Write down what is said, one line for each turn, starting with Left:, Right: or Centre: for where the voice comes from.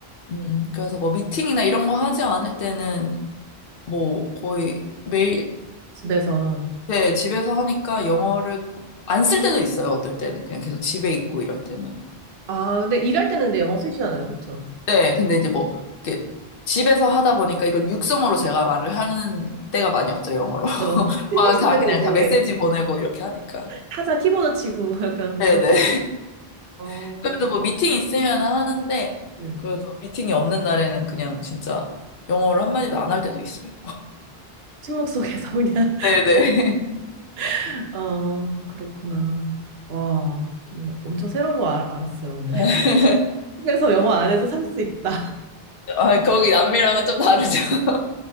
Left: 음, 그래서 뭐 미팅이나 이런 거 하지 않을 때는 뭐 거의 매일
Right: 집에서.
Left: 네, 집에서 하니까 영어를 안 쓸 때도 있어요. 어떨 때는 그냥 계속 집에 있고 이럴 때는.
Right: 아, 근데 일할 때는 근데 영어 쓰시잖아요. 그쵸?
Left: 네, 근데 이제 뭐 이렇게 집에서 하다 보니까 이걸 육성으로 제가 말을 하는 때가 많이 없죠, 영어로. <laughs>
Right: 저 침묵
Left: 막
Right: 속에서
Left: 다 그냥 다
Right: 이제
Left: 메시지 보내고 이렇게 하니까.
Right: 타자 키보드 치고 <laughs> 약간
Left: 네네.
Right: 그런, 어,
Left: <laughs> 그래도 뭐 미팅 있으면 하는데
Right: 네.
Left: 그래도 미팅이 없는 날에는 그냥 진짜 영어를 한마디도 안 할 때도 있어요.
Right: 침묵 속에서 그냥,
Left: 네네.
Right: <laughs> 어, 그렇구나. 와, 엄청 새로운 거 알, 알았어요, 오늘.
Left: <laughs>
Right: <laughs> 한에서 영어 안 해도 살 수 있다.
Left: 아, 거기 남미랑은 좀 다르죠. <laughs>